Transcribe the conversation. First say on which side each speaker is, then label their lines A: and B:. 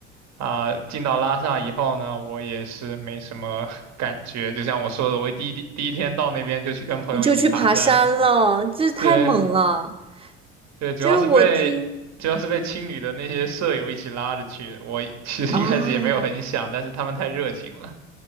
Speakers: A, on the right; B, on the right.
A: 啊、进到拉萨以后呢，我也是没什么 <laughs> 感觉。就像我说的，我第一第第一天到那边就去跟朋友一起爬山，
B: 你就去爬山了，这太猛了。
A: 对对，主要是被主要是被青旅的那些舍友一起拉着去的我
B: 就是我听，
A: <laughs> 其实一开始也没有很想，
B: 啊。
A: 但是他们太热情了。